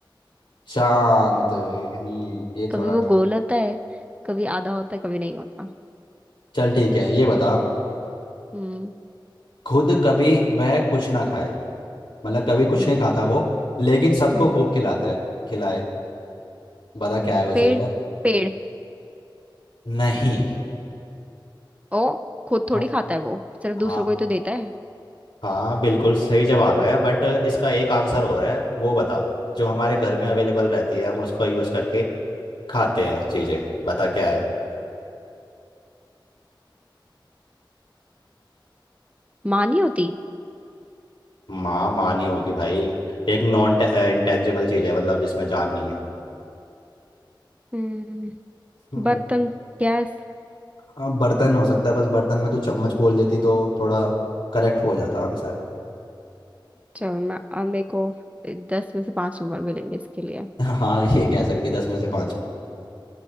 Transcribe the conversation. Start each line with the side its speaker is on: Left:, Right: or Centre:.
Left: चांद हम्म ये
Right: कभी
Left: थोड़ा
Right: वो गोल होता है कभी आधा होता है कभी नहीं होता
Left: चल ठीक है ये बता
Right: हम्म
Left: खुद कभी वह कुछ ना खाए मतलब कभी कुछ
Right: हम्म
Left: नहीं खाता वो लेकिन सबको
Right: हम्म
Left: खूब खिलाता है खिलाए बता क्या
Right: हम्म
Left: है वो चीज़
Right: पेड़
Left: और
Right: पेड़
Left: नहीं
Right: ओ खुद थोड़ी
Left: हाँ
Right: खाता है वो सिर्फ दूसरों
Left: हाँ।
Right: को ही तो देता है
Left: हाँ बिल्कुल सही जवाब है बट इसका एक आंसर और है वो बता जो हमारे घर में अवेलेबल रहती है हम उसका यूज करके खाते हैं चीजें बता क्या है
Right: माँ नहीं होती
Left: माँ माँ नहीं होगी भाई एक नॉन इंटेंजिबल चीज है मतलब जिसमें जान नहीं है
Right: हम्म
Left: हम्म
Right: बर्तन गैस
Left: हाँ, बर्तन हो सकता है बस बर्तन में तो चम्मच बोल देती तो थोड़ा करेक्ट हो जाता आंसर
Right: चल मैं अब मेरे को दस में से पांच नंबर मिलेंगे इसके लिए
Left: <laughs> हाँ ये कह सकती है दस में से पाँच